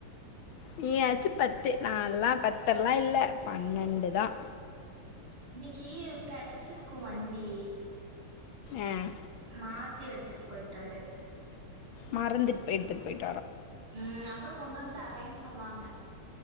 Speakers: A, on the left; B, on the right.
A: நீயாச்சு பத்து நால்லாம் பத்தெல்லாம் இல்ல பன்னெண்டுதான்
B: இன்னைக்கு கெடைச்சிருக்கும் வண்டி
A: ஆஹ்
B: மாத்தி எடுத்துட்டு போய்டாரு
A: மறந்துட் போய் எடுத்துட் போயிட்
B: உம் அப்புறம் கொண்டு தரேன்னு சொன்னாங்க